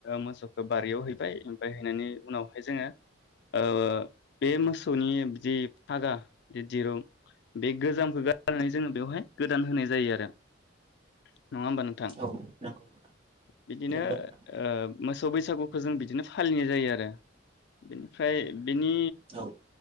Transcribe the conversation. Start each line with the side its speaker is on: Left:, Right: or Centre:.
Left: मोसौखौ बारियाव हैबाय ओमफ्राय हैनायनि उनावहाय जोङो ओ बे मोसौ मोसौनि बिदि हागा दि दिरुं बे गोजामखौ गार नानै जोङो बेवहाय गोदान होनाय जायो आरो दे नङा होमबा नोंथां
Right: औ नंगौ नोंथां
Left: बिदिनो
Right: नंगौ नोंथां
Left: ओ मोसौ बैसागुखौ जों बिदिनो फालिनाय जायो आरो बिनिफ्राय बेनि
Right: औ